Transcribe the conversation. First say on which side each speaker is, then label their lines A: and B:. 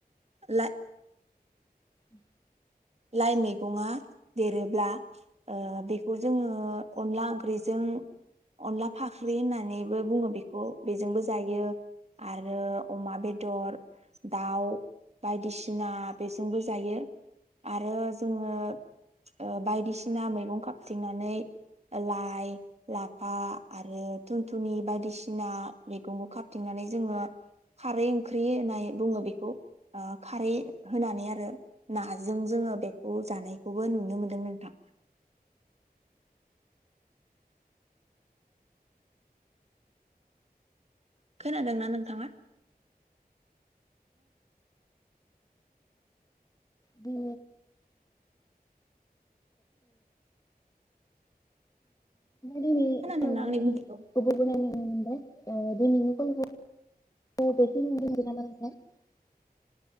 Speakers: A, on the right (about 45°); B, on the left (about 20°).
A: ला
B: उ
A: लाइ मैगङा देरोब्ला ओ बेखौ जोङो अनला ओंख्रिजों अनला फाख्रि होननानैबो बुङो बेखौ बेजोंबो जायो। आरो अमा बेदर। दाउ बायदिसिना बेजोंबो जायो। आरो जोङो ओ बायदिसिना मैगं खाबथिंनानै लाइ लाफा आरो थुनथुनि बायदिसिना मैगंखौ खाबथिंनानै जोङो खारै ओंख्रि होननाय बुङो बेखौ ओ खारै होनानै आरो ना जों जोङो बेखौ जानायखौबो नुनो मोनदों नोंथां। खोनादोंना नोंथाङा?
B: बि दिनै
A: खोनादोंना आंनि <unintelligible>
B: <unintelligible> <unintelligible>